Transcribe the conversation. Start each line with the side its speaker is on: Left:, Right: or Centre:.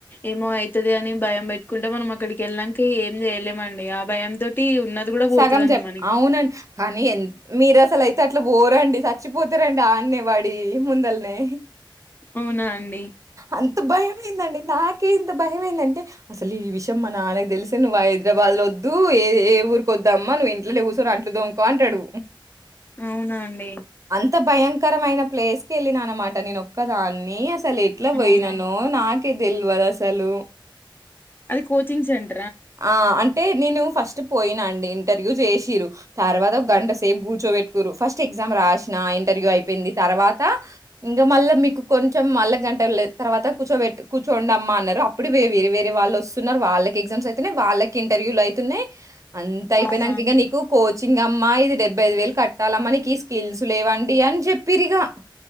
Left: ఏమో అయితది అని భయం పెట్టుకుంటే మనం అక్కడికి వెళ్ళనికి ఏం చేయలేమండి ఆ భయం తోటి ఉన్నది కూడా పోతదండి
Right: సగం చెప్
Left: మనకి
Right: అవునండి కానీ ఎన్ మీరు అసలు అయితే అట్లా పోరండి చచ్చిపోతారండి ఆన్నే పడి ముందల్నే
Left: అవునా అండి
Right: అంత భయమైందండి నాకే ఇంత భయంమైందంటే అసలు ఈ విషయం మా నాన్నకు తెలిసే నువ్వు హైదరాబాద్ లో వద్దు ఏ ఏ ఊరు కొద్దమ్మ నువ్వు ఇంట్లో కూచొని అంట్లు దొమ్కో అంటడు
Left: అవునా అండి
Right: అంత భయంకరమైన ప్లేస్ కి వెళ్ళిన అనమాట నేనొక్కదాన్ని అదెట్ల పోయిననో
Left: అవునా
Right: నాకే తెల్వదు అసలు
Left: అది కోచింగ్ సెంటర్
Right: ఆ అంటే నేను ఫస్ట్ పోయినా అండి ఇంటర్వ్యూ చేసిరు తర్వాత ఒక గంట సేపు కూర్చోబెట్టుకురు ఫస్ట్ ఎగ్జామ్ రాసిన ఇంటర్వ్యూ అయిపోయింది తర్వాత ఇంకా మళ్ళ మీకు కొంచెం మళ్ళా గంట తర్వాత కూర్చోెబెట్ కూర్చోండమ్మ అన్నారు అప్పుడు వేరే వేరే వాళ్ళు వస్తున్నారు వాళ్ళకి ఎగ్జామ్స్ అ అయితున్నయ్ వాళ్ళకి ఇంటర్వ్యూలు అయితున్నాయి అంత అయిపోయినాక
Left: అవునా
Right: ఇగ
Left: అండి
Right: నీకు కోచింగ్ అమ్మా ఇది డెబ్ డేబ్బైదు వేలు కట్టాలా మనకి ఈ స్కిల్స్ లేవండి అని చెప్పిరిగా